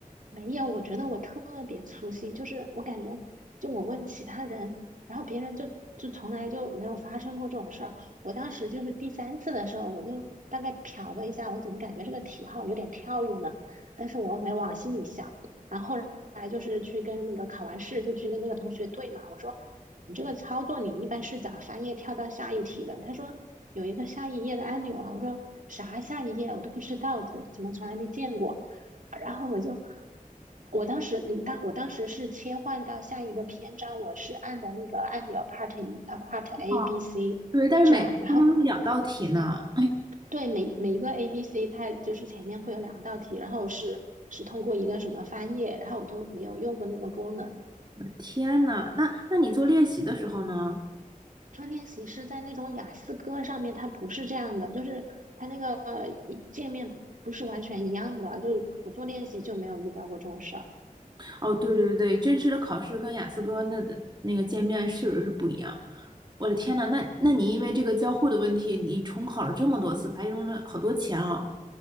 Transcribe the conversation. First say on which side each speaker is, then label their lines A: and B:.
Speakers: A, on the right; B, on the right.
A: 没有，我觉得我特别粗心，就是我感觉，就我问其他人，然后别人就就从来就没有发生过这种事儿。我当时就是第三次的时候，我就大概瞟了一下，我怎么感觉这个题号有点跳跃呢？但是我又没往心里想。然后后来就是去跟那个考完试就去跟那个同学对嘛，我说你这个操作你一般是咋翻页跳到下一题的？他说有一个下一页的按钮啊，我说啥下一页我都不知道，怎怎么从来没见过。然后我就，我当时，嗯，当我当时是切换到下一个篇章，我是按的那个按表 part 一啊 part
B: 哦，
A: A B C
B: 对，但是每天都有两道题呢。
A: 这样，然后对每每一个 A B C 它就是前面会有两道题，然后是是通过一个什么翻页，然后我都没有用过那个功能。
B: 天呐，那那你做练习的时候呢？
A: 做练习是在那种雅思哥上面，它不是这样的，就是它那个呃一界面不是完全一样的，就是我做练习就没有遇到过这种事儿。
B: 哦，对对对，真实的考试跟雅思哥那的那个见面确实是不一样。我的天呐，那那你因为这个交互的问题，你重考了这么多次，白扔了好多钱啊！